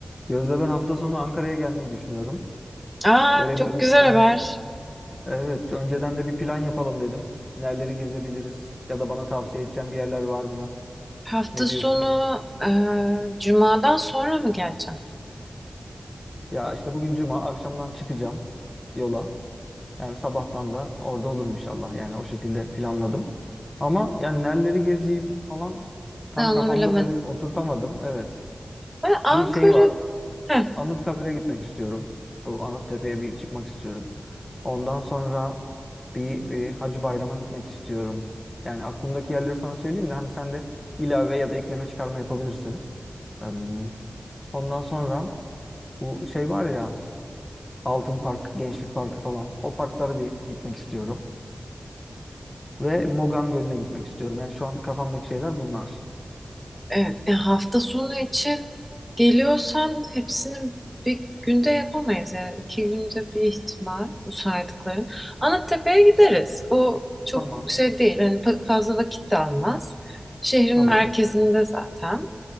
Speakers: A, on the left; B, in the centre.
A: Gözde ben hafta sonu Ankara'ya gelmeyi düşünüyorum.
B: Aa,
A: Böyle
B: çok
A: bir ö-
B: güzel haber.
A: önce evet önceden de bir plan yapalım dedim. Nereleri gezebiliriz ya da bana tavsiye edeceğin bir yerler var mı?
B: Hafta
A: Ne diyorsun?
B: sonu e, Cuma'dan sonra mı geleceğim?
A: Ya işte bugün cuma akşamdan çıkacağım yola. Yani sabahtan da orada olurum inşallah. Yani o şekilde planladım. Ama yani nereleri gezeyim falan tam
B: Ben onu
A: kafamda
B: bilemedim.
A: böyle oturtamadım. Evet.
B: Ben Ankara.
A: Bir şey var.
B: Heh,
A: Anıtkabir'e gitmek istiyorum. Bu Anıttepe'ye bir çıkmak istiyorum. Ondan sonra bir, bir Hacı Bayram'a gitmek istiyorum. Yani aklımdaki yerleri sana söyleyeyim de hani sen de ilave ya da ekleme çıkarma yapabilirsin. Em, Ondan sonra bu şey var ya Altın Park, Gençlik Parkı falan o parklara bir gitmek istiyorum. Ve Mogan Gölü'ne gitmek istiyorum. Yani şu an kafamdaki şeyler bunlar.
B: evet. E, hafta sonu için geliyorsan hepsini bir günde yapamayız. Yani iki günde bir ihtimal bu saydıkların. Anıttepe'ye gideriz. O çok
A: Tamam,
B: şey değil. Hani fa- fazla vakit de almaz. Şehrin
A: tamam.
B: merkezinde zaten.